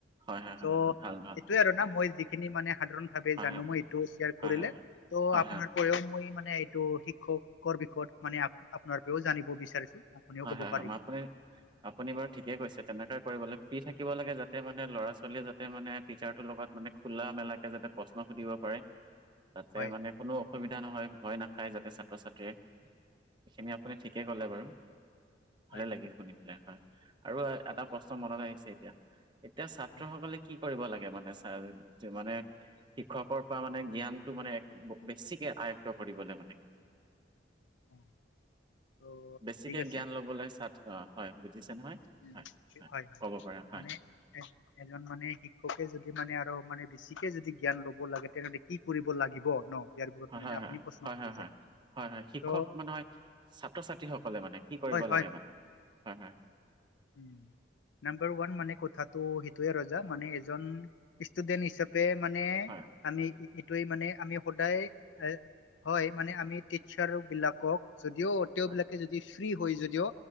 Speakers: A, on the right; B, on the left.
A: হয় হয় হয় হয়
B: ত'
A: হয় হয়, হয়, হয়। ভাল ভাল
B: সেইটোয়ে
A: ভাল
B: আৰু
A: হয়
B: ন মই যি খিনি মানে সাধাৰণ ভাৱে
A: হয়
B: জানো
A: হয়
B: মই এইটো শ্বেয়াৰ
A: হয়
B: কৰিলে
A: হয়
B: ত'
A: হয়
B: আপোনাৰ পৰাও মই মানে- তটো শিক্ষকৰ বিষয়ত মানে আপোনাৰ পৰাও জানিব বিচাৰিছো। আপুনিও
A: হয়
B: ক'ব
A: হয়
B: পাৰিব
A: হয় মই আপুনি- আপুনি বাৰু ঠিকেই কৈছে তেনেকাই কৰিব লাগে ফ্ৰী থাকিব লাগে যাতে মানে ল'ৰা ছোৱালীয়ে যাতে মানে টিচাৰটোৰ লগত- মানে খোলা মেলাকে যাতে প্ৰশ্ন সুধিব পাৰে তাতে
B: হয়
A: মানে- কোনো অসুবিধা নহয় ভয় নাখায় যাতে ছাত্ৰ ছাত্ৰীয়ে এইখিনি আপুনি ঠিকে ক'লে বাৰু। ভালে
B: হয়
A: লাগিল শুনি পেলাই হয় আৰু এটা প্ৰশ্ন মনত আহিছে এতিয়া। এতিয়া ছাত্ৰ
B: হয়
A: সকলে কি কৰিব লাগে মানে চা যিমানে- শিক্ষকৰ পৰা মানে জ্ঞানটো মানে এক বেছিকে আয়ত্ব কৰিবলে মানে।
B: অ ত'
A: বেছিকে
B: ঠিক আছে
A: জ্ঞান ল'বলে ছাত্ অ হয় বুজিছে নহয়।
B: উম
A: হয়
B: হয় হয়
A: ক'ব পাৰে হয়
B: মানে এ এজন মানে শিক্ষকে যদি মানে আৰু মানে বেছিকে যদি জ্ঞান ল'ব লাগে তেনেহলে কি কৰিব লাগিব ন। ইয়াৰ ওপৰত
A: হয়
B: মানে
A: হয়
B: যে আপুনি
A: হয়
B: প্ৰশ্ন কৰিছে
A: হয় হয় হয় হয় শিক্ষক
B: ত'
A: নহয় ছাত্ৰ ছাত্ৰীসকলে মানে- কি কৰিব
B: হয়
A: লাগে মানে? হয়, হয়,
B: উ নাম্বাৰ ওৱান মানে কথাটো সেইটোয়ে ৰজা মানে এজন ষ্টুডেন্ট হিচাপ তে মানে
A: হয়
B: আমি- এইটোৱেই মানে আমি সদায় হয় মানে আমি টিচাৰ বিলাকক- যদিও তেওঁবিলাকে
A: হয়
B: যদি ফ্ৰী হয় যদিও